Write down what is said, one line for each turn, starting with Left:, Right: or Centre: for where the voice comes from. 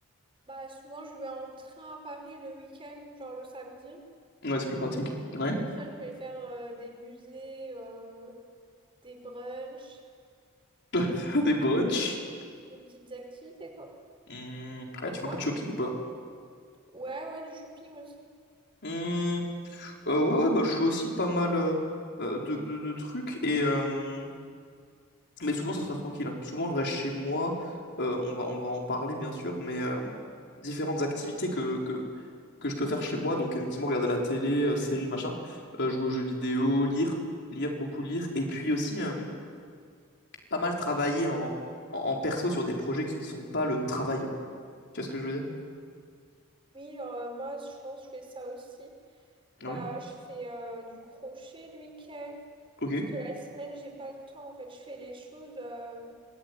Right: Bah, souvent, je vais en train à Paris le week-end, genre le samedi.
Left: Ouais, c'est plus pratique. Ouais.
Right: Et après, je vais faire euh, des musées. euh, des brunchs,
Left: <laughs> faire des brunchs.
Right: des petites activités, quoi.
Left: Hmm, Ouais,
Right: Et
Left: tu
Right: toi?
Left: fais un peu de shopping ou pas?
Right: Ouais, ouais, du shopping aussi.
Left: Hmm, euh, ouais, ouais, bah, je fais aussi pas mal euh, euh, de, de- de trucs, et, euh, mais souvent ça sera tranquille. hein. Souvent je reste chez moi, euh, on va, on va en parler bien sûr, mais euh, différentes activités que, que, que je peux faire chez moi, donc effectivement regarder la télé, euh, séries, machin, euh, jouer aux jeux vidéo, lire, lire, beaucoup lire, et puis aussi euh, pas mal travailler en, en, en perso sur des projets qui ne sont pas le travail. Tu vois ce que je veux dire?
Right: Oui, genre, euh, moi, je pense que je fais ça aussi. Bah,
Left: Ouais,
Right: je fais euh, du crochet le week-end.
Left: ok.
Right: Parce que la semaine, j'ai pas le temps. En fait, je fais les choses euh,